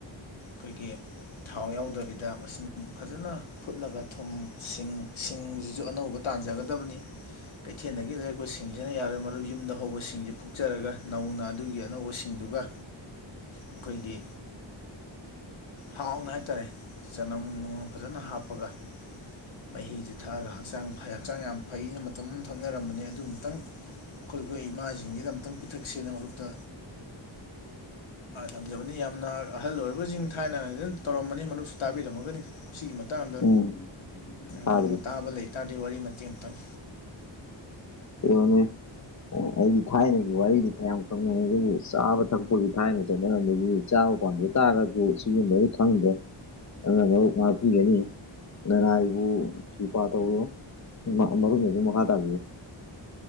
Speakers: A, on the left (about 75°); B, on the left (about 35°).
A: ꯑꯩꯈꯣꯏꯒꯤ ꯊꯥꯎ ꯌꯥꯎꯗꯕꯤꯗ ꯃꯁꯤꯡ ꯐꯖꯅ ꯐꯨꯠꯂꯒ ꯊꯨꯝ ꯁꯤꯡ ꯁꯤꯡꯁꯤꯁꯨ ꯑꯅꯧꯕ ꯇꯥꯟꯖꯒꯗꯕꯅꯤ ꯀꯩꯊꯦꯜꯗꯒꯤ ꯂꯩꯔꯛꯄ ꯁꯤꯡꯁꯤꯅ ꯌꯥꯔꯣꯏ ꯃꯔꯨ ꯌꯨꯝꯗ ꯍꯧꯕꯁꯤꯡꯁꯤ ꯐꯛꯆꯔꯒ ꯅꯧꯅ ꯑꯗꯨꯒꯤ ꯑꯅꯧꯕꯁꯤꯡꯗꯨꯒ ꯑꯩꯈꯣꯏꯒꯤ ꯍꯥꯎꯅ ꯍꯥꯏꯇꯥꯔꯦ ꯆꯅꯝ ꯅꯨꯡꯃ ꯐꯖꯅ ꯍꯥꯞꯄꯒ ꯃꯍꯤꯤꯁ ꯊꯛꯑꯒ ꯍꯛꯆꯥꯡ ꯐꯩ ꯍꯛꯆꯥꯡ ꯌꯥꯝ ꯐꯩꯅ ꯃꯇꯝ ꯑꯃ ꯊꯛꯅꯔꯝꯕꯅꯦ ꯑꯗꯨ ꯑꯃꯨꯛꯇꯪ ꯑꯩꯈꯣꯏ ꯑꯩꯈꯣꯏ ꯏꯃꯥꯁꯤꯡꯁꯤꯗ ꯑꯝꯛꯇꯪ ꯄꯤꯊꯛ ꯁꯦꯟꯅ ꯃꯔꯛꯇ ꯊꯝꯖꯕꯅꯤ ꯌꯥꯝꯅ ꯑꯍꯜ ꯑꯣꯏꯔꯕꯁꯤꯡ ꯊꯥꯏꯅꯅ ꯇꯧꯔꯝꯃꯅꯤ ꯃꯗꯨꯁꯨ ꯇꯥꯕꯤꯔꯝꯃꯒꯅꯤ ꯁꯤꯒꯤ ꯃꯇꯥꯡꯗ
B: ꯎꯝ ꯇꯥꯗ꯭ꯔꯤ
A: ꯃꯔꯅ ꯇꯥꯕ ꯂꯩꯇꯥꯥꯔ ꯋꯥꯔꯤ ꯃꯇ ꯑꯃꯛꯇꯪ
B: ꯑꯅꯦ ꯑꯣ ꯑꯩꯗꯤ ꯊꯥꯏꯅꯒꯤ ꯋꯥꯔꯤꯗꯤ ꯀꯌꯥꯝ ꯈꯪꯕꯣꯏ ꯑꯗꯨꯕꯨ ꯆꯥꯕ ꯊꯛꯄꯒꯤ ꯊꯥꯏꯅ ꯆꯠꯅꯔꯝꯗ ꯄꯥꯝꯖ ꯇꯥꯔꯒꯁꯨ ꯁꯤꯒꯨꯝꯕꯗꯤ ꯈꯪꯗ꯭ꯔꯦ ꯑꯗꯨꯅ ꯃꯛ ꯉꯥꯛꯄꯤꯒꯅꯤ ꯂꯅꯥꯏꯕꯨ ꯆꯨꯄꯥ ꯇꯧꯔꯣ ꯃꯔꯨꯞꯗꯨ ꯃꯈꯥ ꯇꯥꯕꯤꯌꯨ